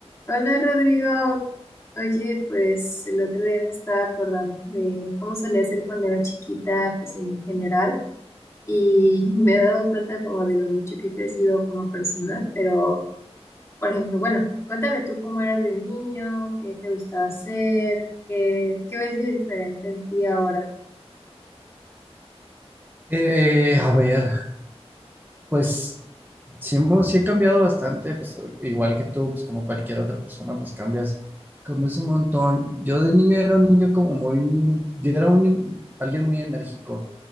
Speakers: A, on the left; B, on the right.
A: Hola Rodrigo, oye, pues el otro día me estaba acordando de cómo solía hacer cuando era chiquita, pues en general, y <laughs> me he dado cuenta como de lo mucho que he crecido como persona, pero, por ejemplo, bueno, cuéntame tú cómo eras de niño, qué te gustaba hacer, qué, qué ves de diferente en ti ahora.
B: Eh, a ver, pues sí, hemos, sí he cambiado bastante, pues igual que tú, pues como cualquier otra persona, pues cambias, cambias un montón. Yo de niño era un niño como muy, yo era un, ni- alguien muy enérgico,